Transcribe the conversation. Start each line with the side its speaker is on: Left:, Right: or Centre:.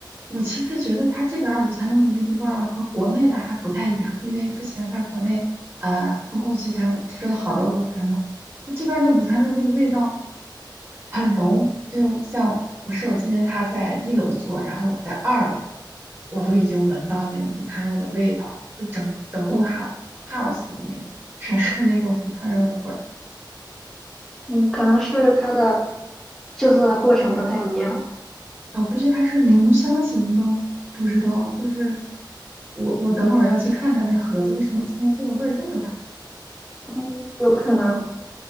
Right: 我其实觉得它这边儿午餐肉的那个味儿和国内的还不太一样，因为之前在国内呃封控期间，我吃了好多午餐肉，它这边儿的午餐肉那个味道很浓，就像我室友今天他在一楼做，然后我在二楼，我都已经闻到那个午餐肉的味道了，就整整栋
Centre: 嗯
Right: house house 里面全是那个午餐肉的味儿。
Centre: 嗯，可能是它的制作的过程不太一样，
Right: 我估计它是浓香型吗？不知道，就是我我等会儿要去看一下那盒子为什么今天这个味儿这么大。
Centre: 嗯，有可能，